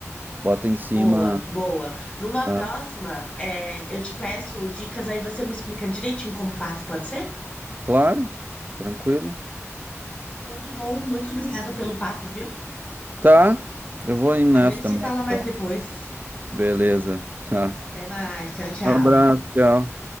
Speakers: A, on the right; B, on the left.
A: Bota em cima.
B: Boa, boa. Numa próxima,
A: ah,
B: é, eu te peço dicas, aí você me explica direitinho como faz, pode ser?
A: Claro, tranquilo.
B: Então tá bom. Muito obrigado pelo papo, viu?
A: Tá, eu vou indo
B: A
A: nessa
B: gente
A: também,
B: se fala mais
A: então.
B: depois.
A: Beleza. <laughs> Tá.
B: Até mais. Tchau, tchau.
A: Abraço, tchau.